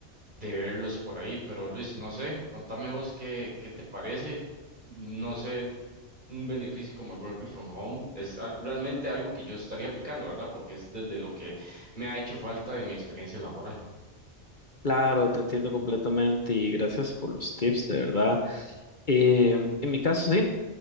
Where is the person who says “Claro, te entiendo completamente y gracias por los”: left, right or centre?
Left